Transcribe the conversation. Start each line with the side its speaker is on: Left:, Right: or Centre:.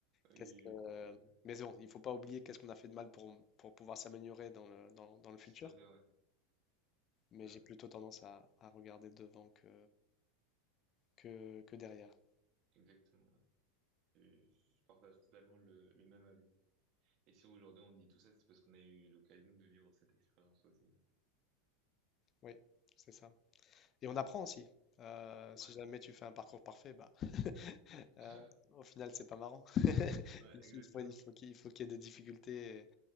Right: Oui,
Left: qu'est-ce que
Right: euh,
Left: mais c'est bon, il faut pas oublier qu'est-ce qu'on a fait de mal pour pour pouvoir s'améliorer dans le dans, dans le futur.
Right: tout à fait, ouais.
Left: Mais
Right: Là,
Left: j'ai plutôt tendance à, à regarder devant que que, que derrière.
Right: exactement. ouais. Je, je partage totalement le, le même avis. Et si aujourd'hui on dit tout ça, c'est parce qu'on a eu l'occasion de vivre cette expérience aussi.
Left: Oui, c'est ça. Et on apprend aussi. Euh, si
Right: Ouais,
Left: jamais tu fais un parcours parfait, bah, <laughs> euh,
Right: <laughs>
Left: au final, c'est pas marrant. <laughs>
Right: ouais,
Left: Il
Right: exactement.
Left: faut, il faut- il faut qu'il il faut qu'il y ait des difficultés et,